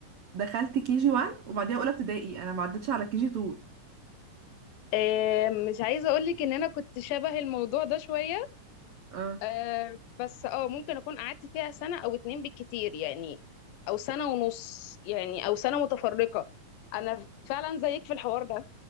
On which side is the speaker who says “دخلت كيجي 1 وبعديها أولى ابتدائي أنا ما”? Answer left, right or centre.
Right